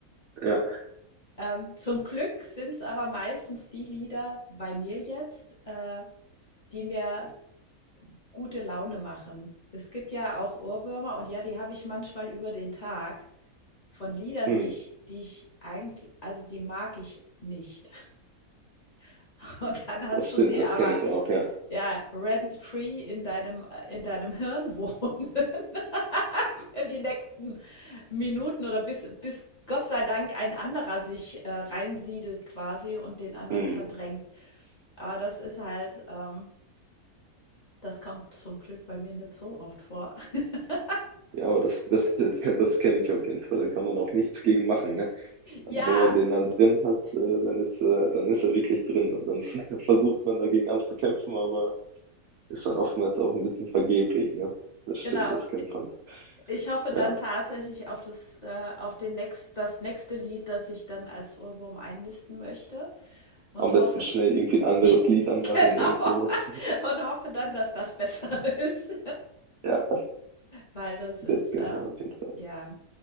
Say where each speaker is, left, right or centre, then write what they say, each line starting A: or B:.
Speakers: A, on the right (about 65°); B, on the left (about 35°).
A: ja,
B: Ähm, zum Glück sind es aber meistens die Lieder bei mir jetzt, äh, die mir gute Laune machen. Es gibt ja auch Ohrwürmer und ja, die habe ich manchmal über den Tag von Liedern,
A: hm,
B: die ich, die ich eigentlich, also die mag ich nicht. <laughs> Und dann hast
A: das stimmt,
B: du sie
A: das
B: aber
A: kenne ich auch, ja.
B: ja rent-free in deinem, in deinem Hirn wohnen <laughs> für die nächsten Minuten oder bis, bis Gott sei Dank ein anderer sich äh, reinsiedelt quasi und den anderen
A: Hm.
B: verdrängt. Aber das ist halt, ähm, das kommt zum Glück bei mir nicht so oft vor. <laughs>
A: Ja, aber das, das, <laughs> das kenne ich auf jeden Fall. Da kann man auch nichts gegen machen, ne? Also
B: Ja,
A: wenn man den dann drin hat, äh, dann ist, äh, dann ist er wirklich drin. Und dann <laughs> versucht man dagegen anzukämpfen, aber ist dann oftmals auch ein bisschen vergeblich, ne? Das stimmt,
B: genau.
A: das kennt man.
B: Ich hoffe dann
A: Ja.
B: tatsächlich auf das, äh, auf den nächst, das nächste Lied, das ich dann als Ohrwurm einnisten möchte und
A: Am besten
B: hoffe,
A: schnell
B: <laughs>
A: irgendwie ein anderes
B: ich,
A: Lied
B: genau,
A: anmachen irgendwo. <laughs>
B: <laughs> und hoffe dann, dass das besser <laughs> ist,
A: Ja,
B: weil das
A: das
B: ist,
A: kennt
B: äh,
A: man auf jeden Fall.
B: ja,